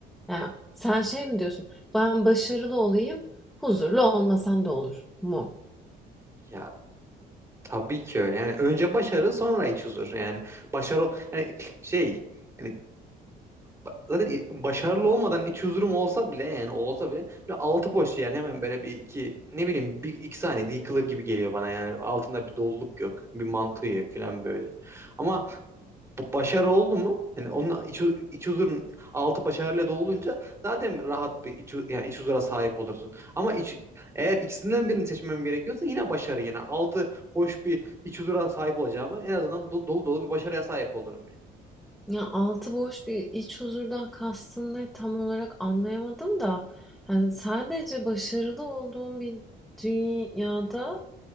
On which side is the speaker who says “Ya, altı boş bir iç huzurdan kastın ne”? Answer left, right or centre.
Centre